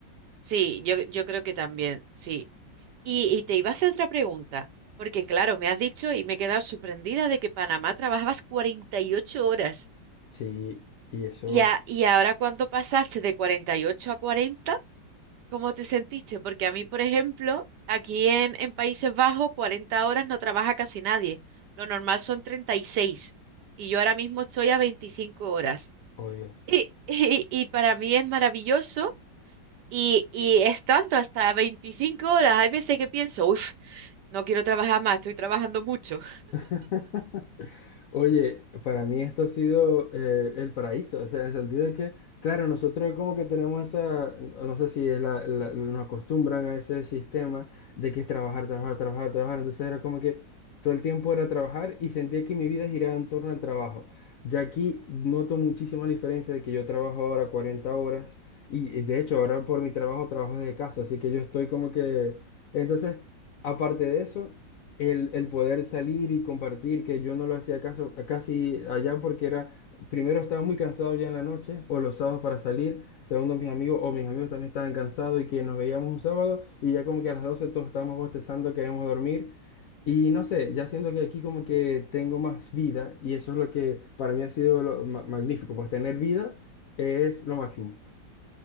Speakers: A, on the right; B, on the left.
A: Sí, yo, yo creo que también, sí. Y, y te iba a hacer otra pregunta, porque claro, me has dicho y me he quedado sorprendida de que Panamá trabajabas 48 horas.
B: Sí, y eso,
A: Y, a- y ahora cuando pasaste de 48 a cuarenta ¿cómo te sentiste? Porque a mí, por ejemplo, aquí en, en Países Bajos, 40 horas no trabaja casi nadie. Lo normal son treinta Y seis y yo ahora mismo estoy a 25 horas.
B: oh Dios.
A: y <laughs> y- y para mí es maravilloso Y, y es tanto, hasta 25 horas. Hay veces que pienso, uff, no quiero trabajar más, estoy trabajando mucho.
B: <laughs> Oye, para mí esto ha sido eh, el paraíso, o sea, en el sentido de que, claro, nosotros como que tenemos esa, no sé si es la, la- nos acostumbran a ese sistema de que es trabajar, trabajar, trabajar, trabajar, entonces era como que todo el tiempo era trabajar y sentía que mi vida giraba en torno al trabajo. Ya aquí noto muchísimo la diferencia de que yo trabajo ahora 40 horas y y de hecho ahora por mi trabajo trabajo desde casa, así que yo estoy como que, entonces... Aparte de eso, el, el poder salir y compartir, que yo no lo hacía caso, casi allá porque era, primero estaba muy cansado ya en la noche o los sábados para salir, segundo mis amigos o mis amigos también estaban cansados y que nos veíamos un sábado y ya como que a las 12 todos estábamos bostezando, queríamos dormir y no sé, ya siento que aquí como que tengo más vida y eso es lo que para mí ha sido lo ma- magnífico, pues tener vida es lo máximo.